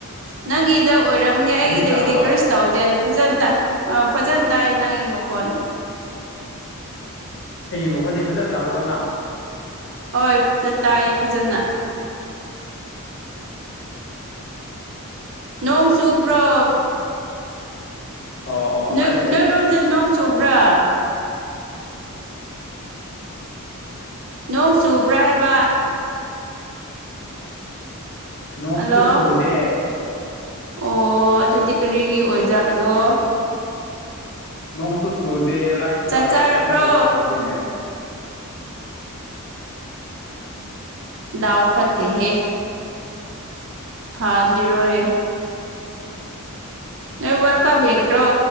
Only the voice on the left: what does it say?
ꯍꯧꯖꯤꯛꯇꯤ ꯇꯥꯔꯕꯣ
ꯑꯩꯒꯤ ꯃꯈꯣꯟꯗꯤ ꯐꯖꯅ ꯇꯥꯕ꯭ꯔꯥ ꯅꯪ
ꯑꯣ ꯑꯣ
ꯑꯩꯅ
ꯅꯣꯡꯁꯨ
ꯆꯨꯗꯦ
ꯅꯣꯡꯁꯨ ꯆꯨꯗꯦ ꯂꯥꯏꯁꯨ
ꯂꯥꯛꯑꯦ
ꯀꯃꯥꯏꯅ ꯇꯧꯕ꯭ꯔꯥ ꯈꯪꯗꯦꯅꯦ